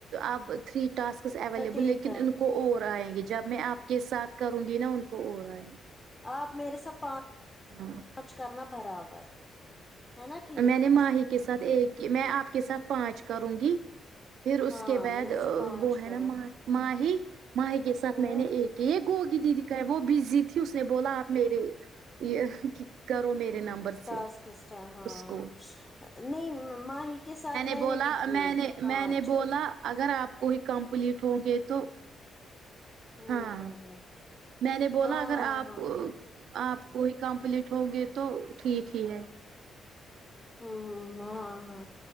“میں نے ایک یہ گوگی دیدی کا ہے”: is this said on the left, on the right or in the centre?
Right